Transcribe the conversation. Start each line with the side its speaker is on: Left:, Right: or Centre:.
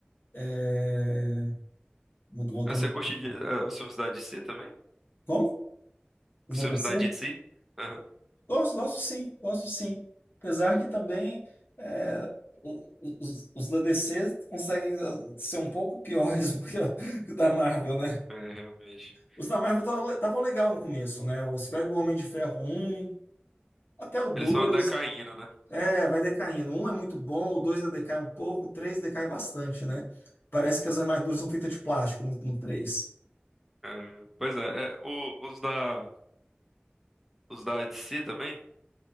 Left: É, voltando
Centre: Ah, Você
Left: um pouco.
Centre: curte de, ah, os filmes da DC também?
Left: Como? Os
Centre: Os
Left: da
Centre: filmes
Left: DC?
Centre: da DC? Aham.
Left: Gosto, gosto sim, gosto sim. Apesar que também é, o- o- os, os da DC conseguem ah, ser um pouco piores <laughs> do que, a- que o da Marvel, né?
Centre: É, realmente.
Left: Os da Marvel estavam legal no começo, né? Os pega o Homem de Ferro um até o dois
Centre: Eles foram decaindo, né?
Left: É, vai decaindo. Um é muito bom, o dois já decai um pouco, o três decai bastante, né? Parece que as armaduras são feitas de plástico no, no três.
Centre: É, pois é, é, o- os da, os da DC também,